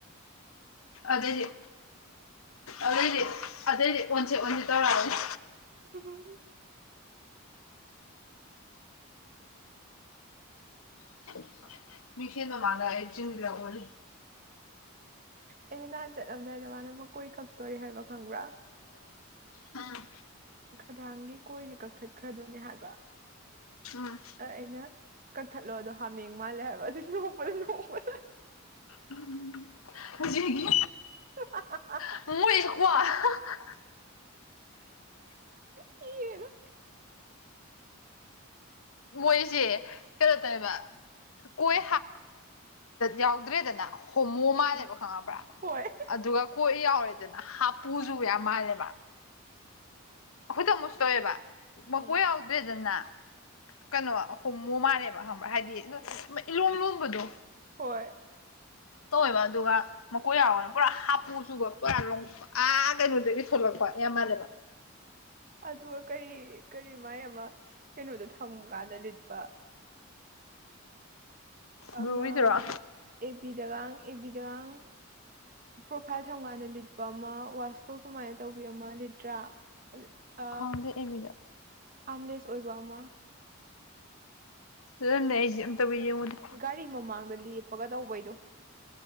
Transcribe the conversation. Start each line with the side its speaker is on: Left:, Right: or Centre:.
Left: ꯑꯗꯨꯗꯩꯗꯤ ꯑꯗꯨꯑꯣꯏꯗꯤ ꯑꯗꯨꯩꯗꯤ ꯑꯣꯟꯁꯤ ꯑꯣꯟꯁꯤꯦ ꯇꯧꯔꯛꯑꯅꯤ
Right: ꯎꯝ
Left: <unintelligible> ꯃꯤꯁꯤꯅꯣ ꯃꯥꯔ ꯍꯥꯏ ꯆꯤꯡ ꯌꯥꯒꯣꯂꯤ
Right: ꯑꯩꯅ ꯅꯍꯥꯟ ꯆꯠꯂꯝꯗꯥꯏꯗ ꯃꯥꯅ ꯃꯀꯣꯏ ꯀꯛꯇꯣꯔꯦ ꯍꯥꯏꯕ ꯈꯪꯕ꯭ꯔꯥ
Left: ꯎꯝ
Right: ꯈꯗꯥꯥꯡꯒꯤ ꯀꯣꯏꯁꯦ ꯀꯛꯊꯠꯈ꯭ꯔꯗꯣꯏꯅꯦ ꯍꯥꯏꯕ
Left: ꯎꯝ
Right: ꯑ ꯑꯩꯅ ꯀꯛꯊꯠꯂꯣꯗꯣ ꯍꯥꯃꯦꯡ ꯃꯥꯜꯂꯦ ꯍꯥꯏꯕ ꯑꯗꯨ ꯅꯣꯛꯄꯗ ꯅꯣꯛꯄꯅ
Left: ꯎꯝ ꯎꯝ ꯖꯤꯒꯤ
Right: <unintelligible>
Left: ꯃꯣꯏ <unintelligible>
Right: ꯁꯤꯔꯦꯗ
Left: ꯃꯣꯏꯁꯦ ꯀꯩꯅꯣ ꯇꯧꯕ ꯀꯣꯏ ꯌꯥꯎꯗ꯭ꯔꯦꯗꯅ ꯍꯣꯃꯣ ꯃꯥꯜꯂꯦꯕ
Right: ꯎꯝ
Left: ꯈꯪꯉꯕ꯭ꯔꯥ
Right: ꯍꯣꯏ
Left: ꯑꯗꯨꯒ ꯀꯣꯏ ꯌꯥꯎꯔꯦꯗꯅ ꯍꯥꯄꯨꯁꯨꯕ ꯌꯥꯝ ꯃꯥꯜꯂꯦꯕ ꯈꯨꯗ ꯃꯨꯁ ꯇꯧꯑꯦꯕ ꯃꯀꯣꯏ
Right: ꯎꯝ
Left: ꯌꯥꯎꯗ꯭ꯔꯦꯗꯅ ꯀꯩꯅꯣ ꯍꯣꯡꯃꯨ ꯃꯥꯜꯂꯦꯕ ꯈꯪꯕ꯭ꯔꯥ ꯍꯥꯏꯗꯤ
Right: ꯎꯝ
Left: ꯑ ꯏꯂꯣꯝ ꯂꯣꯝꯕꯗꯣ
Right: ꯍꯣꯏ
Left: ꯇꯧꯋꯦꯕ ꯑꯗꯨꯒ ꯃꯈꯀꯣꯏ ꯌꯥꯎꯔꯅ ꯄꯨꯔꯥ ꯍꯥꯞꯄꯨ ꯆꯨꯒ ꯄꯨꯔꯥ ꯑꯥ ꯀꯩꯅꯣꯗꯒꯤ ꯊꯣꯛꯂꯛꯄ ꯌꯥꯝ ꯃꯥꯜꯂꯦꯕ
Right: ꯑꯗꯨꯑ ꯀꯔꯤ ꯀꯔꯤ ꯃꯥꯏ ꯑꯃ ꯀꯩꯅꯣꯗꯥ ꯊꯝꯒꯥꯟꯗ ꯂꯤꯠꯄ ꯑꯃ
Left: ꯕ꯭ꯂꯨꯒꯤꯗꯨꯔꯣ
Right: ꯑꯦꯄꯤꯗꯒꯥꯡ ꯑꯦꯕꯤꯗꯒꯥꯡ ꯄ꯭ꯔꯣꯐꯥꯏꯜ ꯊꯝꯒꯥꯟꯗ ꯂꯤꯠꯄ ꯑꯃ ꯋꯥꯁꯀꯨꯜ ꯀꯨꯃꯥꯏꯟ ꯇꯧꯕꯤ ꯑꯃ ꯂꯤꯠꯇ꯭ꯔꯥ ꯑ
Left: ꯈꯪꯗꯦ ꯑꯦꯕꯤꯗ
Right: ꯑꯥꯝꯂꯦꯁ ꯑꯣꯏꯕ ꯑꯃ
Left: ꯂꯅꯦ ꯑꯩꯁꯦ ꯑꯝꯇꯕꯨ ꯌꯦꯡꯉꯨꯅꯦ
Right: ꯒꯥꯔꯤ ꯃꯃꯥꯡꯗ ꯂꯦꯞꯄꯒ ꯇꯧꯕꯩꯗꯣ